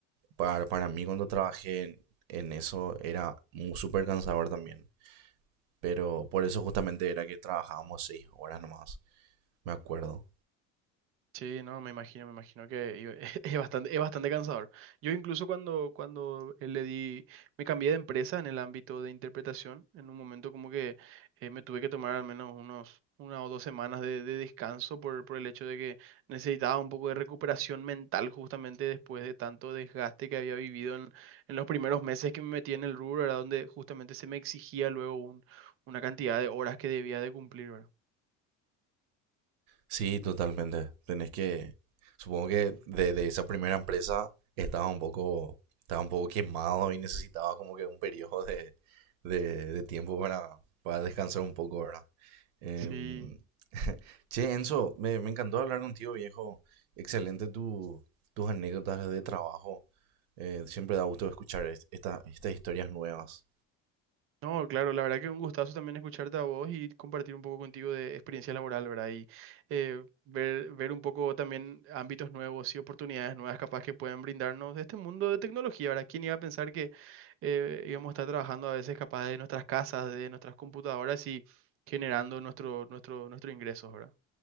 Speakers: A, on the right (about 85°); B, on the right (about 45°).
A: para, para mí cuando trabajé en, en eso era mu- súper cansador también. Pero por eso justamente era que trabajábamos seis horas nomás, me acuerdo.
B: Sí, no, me imagino, me imagino que iba- <laughs> es bastante, es bastante cansador. Yo incluso cuando, cuando eh, le di, me cambié de empresa en el ámbito de interpretación, en un momento como que eh, me tuve que tomar al menos unos, una o dos semanas de, de descanso por, por el hecho de que necesitaba un poco de recuperación mental justamente después de tanto desgaste que había vivido en, en los primeros meses que me metí en el rubro, era donde justamente se me exigía luego un- una cantidad de horas que debía de cumplir, ¿verdad?
A: Sí, totalmente. Tenés que, supongo que de, de esa primera empresa estaba un poco, estaba un poco quemado y necesitaba como que un periodo de, de, de tiempo para, para descansar un poco, ¿verdad? Em,
B: Sí.
A: <laughs> che, Enzo, me, me encantó hablar contigo, viejo. Excelente tu, tus anécdotas de trabajo. Eh, siempre da gusto escuchar est- esta- estas historias nuevas.
B: No, claro, la verdad que un gustazo también escucharte a vos y compartir un poco contigo de experiencia laboral, ¿verdad? Y eh, ver, ver un poco también ámbitos nuevos y oportunidades nuevas capaz que pueden brindarnos de este mundo de tecnología, ¿verdad? ¿Quién iba a pensar que eh, íbamos a estar trabajando a veces capaz de nuestras casas, de nuestras computadoras y generando nuestro, nuestro, nuestro ingreso, ¿verdad?